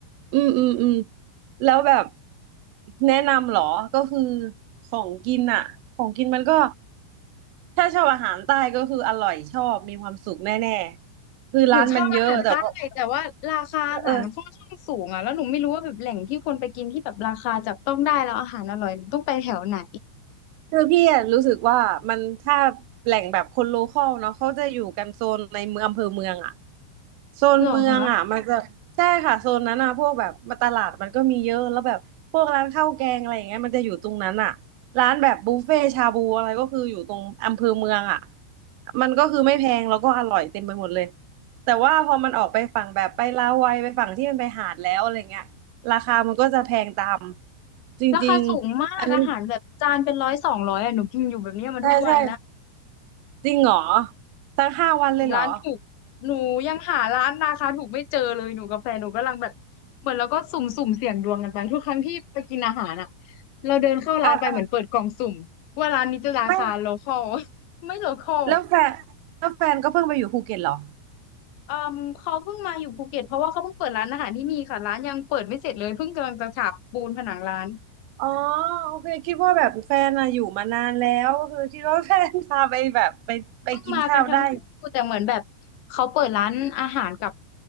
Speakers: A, on the right; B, on the left.
A: อืมอืมอืมแล้วแบบแนะนำเหรอก็คือของกินอ่ะของกินมันก็ถ้าชอบอาหารใต้ก็คืออร่อยชอบมีความสุขแน่ๆคือร้านมันเยอะแต่ว่า
B: หนูชอบอาหารใต้แต่ว่าราคาอาหารมันค่อนข้างสูงอ่ะแล้วหนูไม่รู้ว่าแบบแหล่งที่คนไปกินที่แบบราคาจับต้องได้แล้วอาหารอร่อยหนูต้องไปแถวไหน
A: เออ คือพี่อะรู้สึกว่ามันถ้าแหล่งแบบคนโลคอลเนาะเขาจะอยู่กันโซนในเมืองอำเภอเมืองอะโซนเมืองอะมันจะใช่ค่ะโซนนั้นอะพวกแบบมาตลาดมันก็มีเยอะแล้วแบบพวกร้านข้าวแกงอะไรอย่างเงี้ยมันจะอยู่ตรงนั้นอะร้านแบบบุฟเฟ่ชาบูอะไรก็คืออยู่ตรงอำเภอเมืองอะ
B: หรอคะ
A: มันก็คือไม่แพงแล้วก็อร่อยเต็มไปหมดเลยแต่ว่าพอมันออกไปฝั่งแบบไปลาวัยไปฝั่งที่มันไปหาดแล้วอะไรเงี้ยราคามันก็จะแพงตามจริงๆอันนี้
B: ราคาสูงมากอาหารแบบจานเป็นร้อยสองร้อยอ่ะหนูกินอยู่แบบเนี้ยมาทุกวันแล้ว
A: ใช่ใช่ จริงเหรอ ตั้งห้าวันเลยเหรอ
B: ร้านถูกหนูยังหาร้านราคาถูกไม่เจอเลยหนูกับแฟนหนูกำลังแบบเหมือนเราก็สุ่มสุ่มเสี่ยงดวงกันไปทุกครั้งที่ไปกินอาหารอ่ะเราเดินเข้าร้านไปเหมือนเปิดกล่องสุ่มว่าร้านนี้จะราคาโลคอล
A: เออเออไม่
B: <laughs> ไม่โลคอล
A: แล้วแฟนแล้วแฟนก็เพิ่งไปอยู่ภูเก็ตเหรอ
B: เอ่มเขาเพิ่งมาอยู่ภูเก็ตเพราะว่าเขาเพิ่งเปิดร้านอาหารที่นี่ค่ะร้านยังเปิดไม่เสร็จเลยเพิ่งกำลังจะฉาบปูนผนังร้าน
A: อ๋อโอเคคิดว่าแบบแฟนอะอยู่มานานแล้วก็คือคิดว่าแฟนพาไปแบบไปไปกินข้าวได้
B: เพิ่งมากันทั้งคู่แต่เหมือนแบบเขาเปิดร้านอาหารกับ